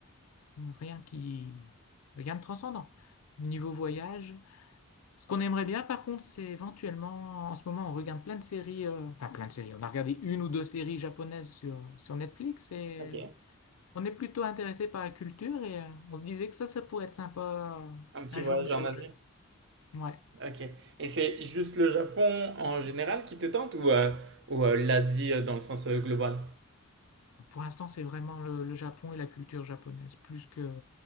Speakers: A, on the left; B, on the right.
A: Rien qui, rien de transcendant. Niveau voyage, ce qu'on aimerait bien, par contre, c'est éventuellement, en ce moment, on regarde plein de séries, euh, enfin plein de séries. On a regardé une ou deux séries japonaises sur, sur Netflix et
B: OK.
A: on est plutôt intéressé par la culture et euh, on se disait que ça, ça pourrait être sympa euh,
B: Un petit
A: un
B: voyage
A: jour d'aller
B: en Asie?
A: au Japon. Ouais.
B: Ok. Et c'est juste le Japon en général qui te tente ou, euh, ou euh, l'Asie euh, dans le sens euh, global?
A: Pour l'instant, c'est vraiment le, le Japon et la culture japonaise, plus que